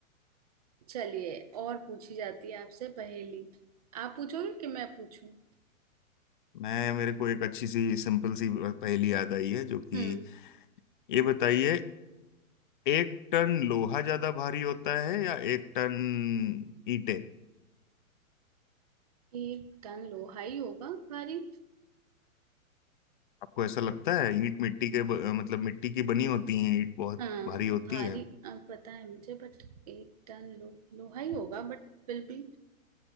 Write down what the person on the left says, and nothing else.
मैं मेरे को एक अच्छी सी सिंपल सी पहेली याद आई है जो कि
ये बताइए एक टन लोहा ज्यादा भारी होता है या एक टन ईंटें
आपको ऐसा लगता है ईंट मिट्टी के ब- मतलब मिट्टी की बनी होती है ईंट बहुत
भारी होती